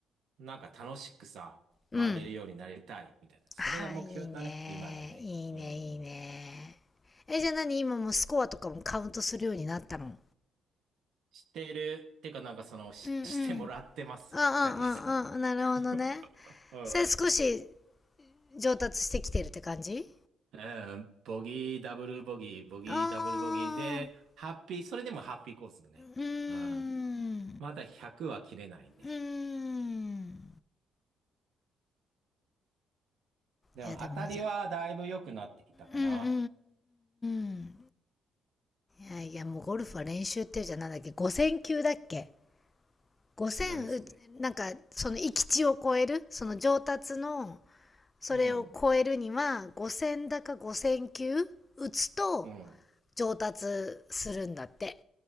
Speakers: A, on the right (about 75°); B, on the left (about 25°).
A: なんか楽しくさ、
B: うん。
A: 回れるようになりたいみたいな。それが目標だね、
B: あーいいね。
A: 今のね。
B: いいね、
A: うん。
B: いいね。え、じゃあ何今もうスコアとかもカウントするようになったの
A: してる、ってかなんかその、し、
B: うんうん
A: してもらってます、
B: うんうんうんうん。
A: キャディさんに。
B: なるほどね。
A: <laughs> うん。
B: それ少し上達してきてるって感じ
A: うん、ボギー、ダブルボギー、ボギー、
B: ああ。
A: ダブルボギーで、ハッピー、それでもハッピーコースだね。
B: うーん。
A: うん。まだ100は切れないね。
B: うーん。
A: でも当たりはだいぶ良くなってきたかな。
B: いや、でもいいじゃん。うんうんうんうんうん。いやいや、もうゴルフは練習っていうじゃんなんだっけ ?5000 球だっけ ?5000、
A: 何それ
B: うなんか、その域地を超える、その上達のそれを超えるには5000だか5000球打つと
A: うん、うん。
B: 上達するんだって